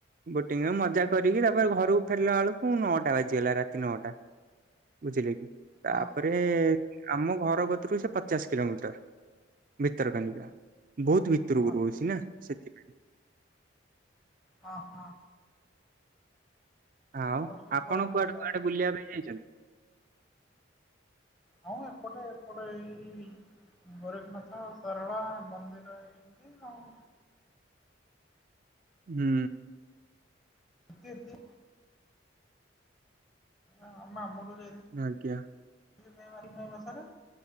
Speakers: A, on the right (about 45°); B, on the left (about 20°).
A: ବୋଟିଂରେ ମଜା କରିକି ତାପରେ ଘରକୁ ଫେରିଲା ବେଳକୁ ନଅଟା ବାଜିଗଲା ରାତି ନଅଟା। ବୁଝିଲେ କି? ତାପରେ
B: ହଁ ହଁ
A: ଆମ ଘର କତିରୁ ସେ ପଚାଶ କିଲୋମିଟର ଭିତରକନିକା, ବହୁତ ଭିତରକୁ
B: ହଁ
A: ରହୁଛି ନା ସେଥିପାଇଁ,
B: ହଁ ହଁ।
A: ଆଉ
B: ସବୁ
A: ଆପଣ
B: କୁଆଡ଼େ କଣ
A: କୁଆଡେ
B: ବୁଲାବୁଲି
A: କୁଆଡେ
B: କଲ?
A: ବୁଲିବା ପାଇଁ ଯାଇଛନ୍ତି?
B: ହଉ ଏପଟେ ଏପଟେ ଏଇ ଗୋରଖନାଥ ଆଉ ସାରଳା ମନ୍ଦିର ଏମିତି ଆଉ,
A: ହୁଁ।
B: ତୀ ତି ଆ ମାମୁଁ ଘରକୁ ଯାଇଥିଲି,
A: ଆଜ୍ଞା।
B: ମା ମେ ମାସରେ